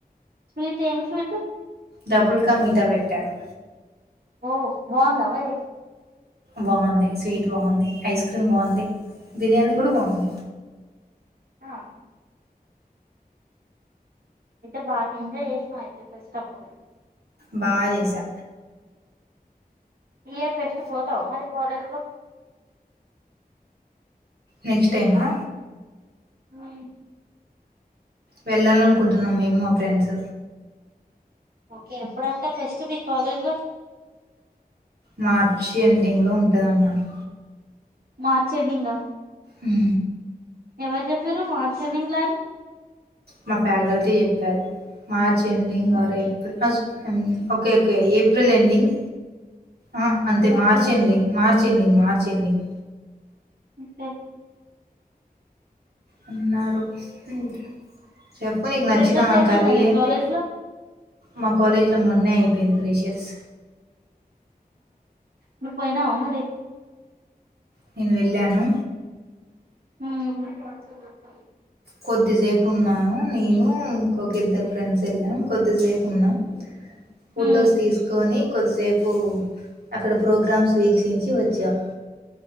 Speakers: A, on the right; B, on the right.
A: స్వీట్ ఏం స్వీటు
B: డబుల్కా మీట పెట్టారు.
A: ఓ బాగుందా మరి
B: బాగుంది స్వీట్ బాగుంది. ఐస్ క్రీమ్ బాగుంది బిర్యానీ గుడ బాగుంది.
A: ఆ అయితే బాగా ఎంజయ్ చేసిన్ అయి రేప్ అచ్చేటప్పుడు
B: బా చేసా
A: ఈ ఇయర్ ఫెస్ట్ పోతవా మరి కాలేజ్లో
B: నెక్స్ట్ టైమా
A: మ్
B: వెళ్ళాలనుకుంటున్నాం మేము మా ఫ్రెండ్స్
A: ఓకే ఎప్పుడంట ఫెస్ట్ మీ కాలేజ్లో
B: మార్చి ఎండింగ్లో ఉంటదన్నారు.
A: మార్చ్ ఎండింగా
B: హ్
A: ఎవర్ చెప్పింరు మార్చి ఎండింగ్లా అని
B: మా ఫ్యాకల్టీ చెప్పారు. March ending
A: okay
B: or April okay okay April ending ఆ అంతే
A: ఓకే
B: మార్చ్ ఎండింగ్ మార్ ఎండింగ్ మార్చ్ ఎండింగ్
A: <unintelligible>
B: అన్నారు హ్మ్. చెప్పు నీకు నచ్చిన
A: ఫ్రెషర్స్ అయిపోయిందా
B: కర్రీ
A: మీ
B: ఏంటి
A: కాలేజ్ లో
B: మా కాలేజీ లో మొన్న అయి బింద్రేషన్స్
A: నువ్వు పోయినా అ మరి
B: నేను వెళ్ళాను
A: హ
B: కొద్దిసేపు ఉన్నాను నేను ఇంకొ ఇద్దరు ఫ్రెండ్స్ వెళ్ళాం కొద్దిసేపు ఉన్నాం ఫొటోస్
A: హ్మ్
B: తీసుకొని కొద్దిసేపు అక్కడ ప్రోగ్రామ్స్ వీక్షించి వచ్చాం